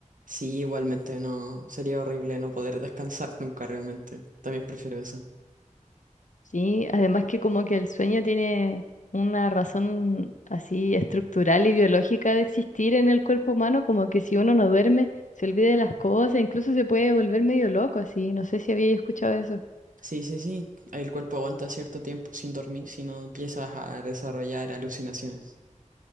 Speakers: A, on the right; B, on the left.
A: Sí, igualmente no. Sería horrible no poder descansar nunca realmente. También prefiero eso.
B: Sí, además que como que el sueño tiene una razón así estructural y biológica de existir en el cuerpo humano, como que si uno no duerme, se olvida de las cosas, incluso se puede volver medio loco, así, no sé si había escuchado eso.
A: Sí, sí, sí. El cuerpo aguanta cierto tiempo sin dormir si no empiezas a desarrollar alucinaciones.